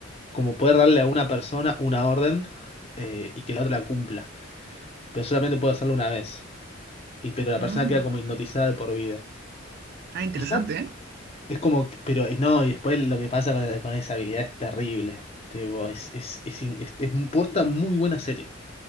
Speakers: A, on the left (about 30°); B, on the right (about 50°).
A: como poder darle a una persona una orden eh, y que la otra la cumpla. Pero solamente puede hacerlo una vez. Y pero la
B: Mm.
A: persona queda como hipnotizada de por vida.
B: Ah, interesante,
A: Y ya
B: ¿eh?
A: es como, que- pero eh, no, y después lo que pasa con, con esa habilidad es terrible. Tipo, es, es, es, in- es- es posta muy buena serie.